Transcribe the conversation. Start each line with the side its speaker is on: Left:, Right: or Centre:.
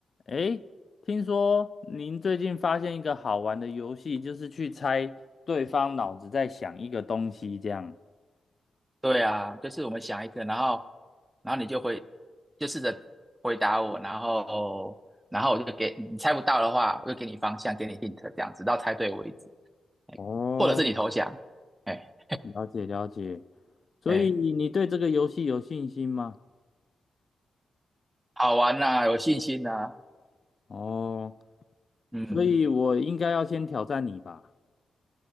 Left: 诶，听说您最近发现一个好玩的游戏，就是去猜对方脑子在想一个东西，这样。
Right: 对啊，就是我们想一个，然后，然后你就回，就试着回答我，然后，然后我就给你猜不到的话，我就给你方向，给你 hint，这样子到猜对为止，哎，
Left: 哦，
Right: 或者是你投降，哎
Left: 了解了解。所以你对这个游戏有信心吗？
Right: 哎，好玩呐、有信心呐、
Left: 哦，
Right: 嗯，
Left: 所以我应该要先挑战你吧。